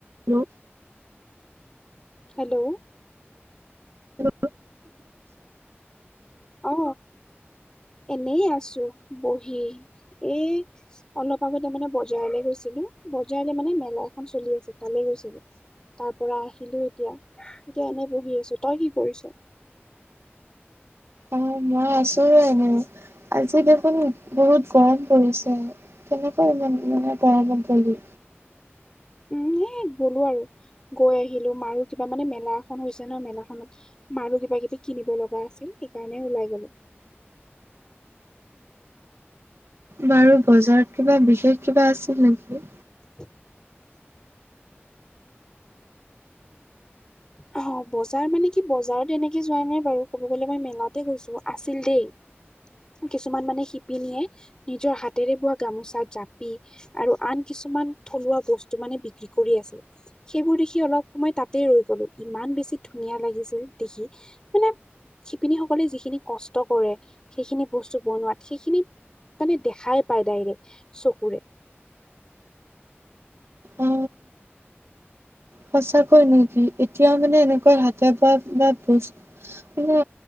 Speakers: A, on the right; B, on the left.
A: Hello
B: hello
A: hello
B: অ এনেই আছো বহি এ অলপ আগতে মানে বজাৰলে গৈছিলো বজাৰলে মানে মেলা এখন চলি আছে তালে গৈছিলো তাৰ পৰা আহিলো এতিয়া, এতিয়া এনে বহি আছো তই কি কৰিছ?
A: অ মই আছো এনে আজি দেখোন বহুত গৰম পৰিছে কেনেকৈ ইমান মানে পৰাগ্ৰম কৰিবি
B: উম এ গ'লো আৰু গৈ আহিলো মাৰো কিবা মানে মেলা এখন হৈছে ন মেলাখনত মাৰো কিবা কিবি কিনিব লগা আছিল সেইকাৰণে ওলাই গলো
A: বাৰু বজাৰত কিবা বিশেষ কিবা আছিল নেকি?
B: <inaudible> অ বজাৰ মানে কি বজাৰত এনেকে যোৱা নাই বাৰু ক'ব গলে মই মেলাতে গৈছো আছিল দেই কিছুমান মানে শিপিনীয়ে নিজৰ হাতেৰে বোৱা গামোচা জাপি আৰু আন কিছুমান থলুৱা বস্তু মানে বিক্ৰী কৰি আছিল সেইবোৰ দেখি অলপ সময় তাতেই ৰৈ গলো ইমান বেছি ধুনীয়া লাগিছিল দেখি মানে শিপিনীসকলে যিখিনি কষ্ট কৰে সেইখিনি বস্তু বনোৱাত সেইখিনি মানে দেখাই পায় ডাইৰেক্ট চকুৰে
A: অ সঁচাকৈ নেকি এতিয়াও মানে এনেকুৱা হাতে বোৱা বা বস্তু মানে